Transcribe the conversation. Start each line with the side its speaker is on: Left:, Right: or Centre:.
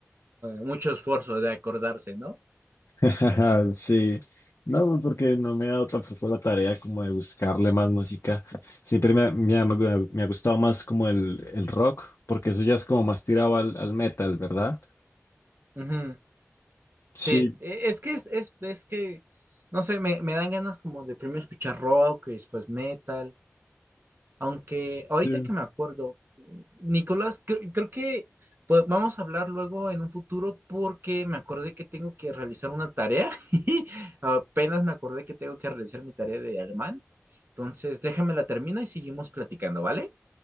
Right: mucho esfuerzo de acordarse, ¿no?
Left: <laughs> Ajá, Sí, no, pues porque no me he dado tampoco la tarea como de buscarle más música. Siempre me, ha- me, ha me ha me ha gustado más como el, el rock, porque eso ya es como más tirado al, al metal, ¿verdad?
Right: Ujú.
Left: Sí,
Right: Sí, e- es que es, es, es que, no sé, me, me dan ganas como de primero escuchar rock y después metal Aunque ahorita
Left: sí.
Right: que me acuerdo, Nicolás, cre- creo, que pues, vamos a hablar luego en un futuro porque me acordé que tengo que realizar una tarea. <laughs> Apenas me acordé que tengo que realizar mi tarea de alemán. Entonces, déjame la termino y seguimos platicando, ¿vale?